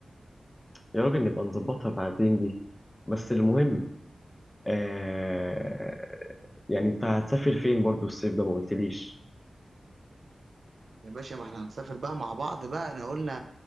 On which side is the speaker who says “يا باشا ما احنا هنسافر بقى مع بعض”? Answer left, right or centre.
Right